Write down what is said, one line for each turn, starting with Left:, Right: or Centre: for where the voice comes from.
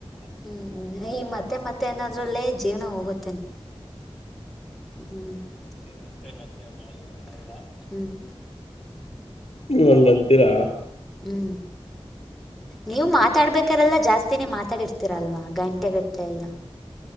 Centre: ಹ್ಮ್ ಈ ಮತ್ತೆ ಮತ್ತೆ ಏನಾದ್ರಲ್ಲೇ ಜೀವನ ಹೋಗುತ್ತೇನೋ. ಹ್ಮ್ ಮತ್ತೆ ಮತ್ತೆ ಅನ್ನೋಸ್ಟ್ರಲ್ಲ ಹ್ಮ್.
Left: ಹ್ಮ ಹಂಗ್ ಅಂತೀರಾ.
Centre: ಹ್ಮ್ ನೀವು ಮಾತಾಡ್ಬೇಕ್ರೆಲ್ಲ ಜಾಸ್ತಿನೇ ಮಾತಾಡಿರ್ತೀರಲ್ವಾ ಗಂಟೆಗಟ್ಲೆ ಎಲ್ಲ.